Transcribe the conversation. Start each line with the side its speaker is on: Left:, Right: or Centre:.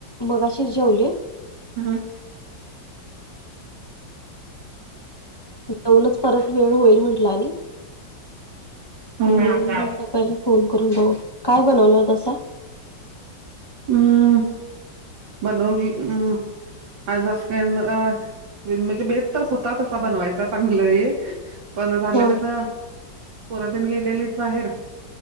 Left: मगाशीच जेवले.
Right: हं.
Left: जेवूनच परत वेळ होईल म्हंटल आणि
Right: हम्म
Left: म्हणून म्हटलं पहिला फोन करून बघू. काय बनवलं तसा?
Right: अं बनवली अ आज असं काय मग म्हणजे बेत तर होताच तसा बनवायचा चांगलं हे पण झालं
Left: हा
Right: कसं पोर तेनं गेलेलीत बाहेर.